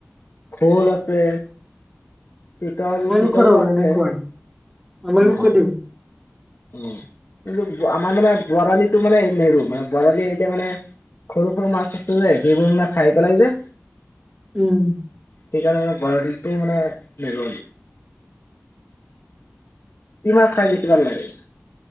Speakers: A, on the left; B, in the centre.
A: শ'ল আছে, চিতল
B: আমালোকৰো
A: চিতলো আছে
B: এনেকুৱাই আমালোকৰো!
A: উম উম কিন্তু আমাৰ মানে বৰালিত! টো মানে নেৰো মানে বৰালি এৰিলে মানে সৰু সৰু মাছ আছে যে সেইবোৰ মানে খাই পেলাই যে
B: উম!
A: সেইকাৰণে মানে বৰালিটো মানে নাৰো আৰু কি মাছ খাই বেছি ভাল লাগে?